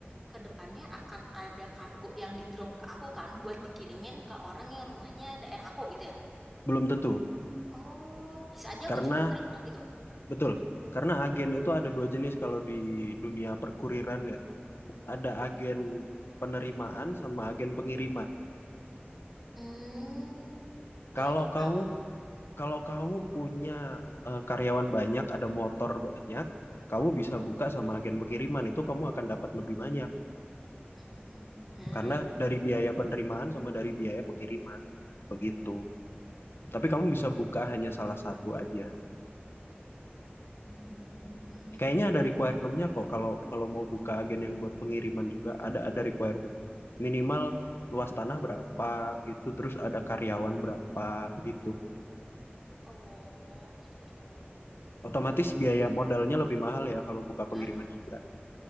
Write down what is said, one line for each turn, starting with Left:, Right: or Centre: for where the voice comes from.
Centre: ke depannya akan ada kargo yang di drop ke aku kan buat dikirimin ke orang yang rumahnya daerah aku gitu ya.
Left: Belum tentu.
Centre: Oh, bisa aja
Left: Karena
Centre: aku cuma nerima gitu.
Left: betul. Karena agen itu ada dua jenis kalau di dunia perkuriran ya. Ada agen penerimaan sama agen pengiriman.
Centre: Hmm, jadi
Left: Kalau
Centre: Kak,
Left: kamu Kalau kamu punya eh, karyawan banyak, ada motor banyak, kamu bisa buka sama agen pengiriman itu kamu akan dapat lebih banyak
Centre: hmm, hmm,
Left: karena dari biaya penerimaan sama dari biaya pengiriman begitu. Tapi kamu bisa buka hanya salah satu aja.
Centre: hmm.
Left: Kayaknya ada requirementnya kok kalau kalau mau buka agen yang buat pengiriman juga ada ada requirement. Minimal luas tanah berapa gitu, terus ada karyawan berapa gitu.
Centre: Oh, gitu.
Left: Otomatis biaya modalnya lebih mahal ya kalau buka pengiriman
Centre: Hah?
Left: juga.